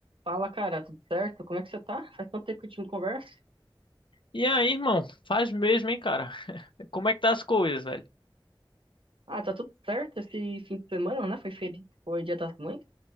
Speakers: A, on the right; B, on the left.
A: Fala, cara, tudo certo? Como é que você tá? Faz tanto tempo que a gente não conversa.
B: E aí, irmão? Faz mesmo, hein, cara? Como é que tá as coisas, velho?
A: Ah, tá tudo certo esse fim de semana, né? Foi feri... foi Dia das Mães.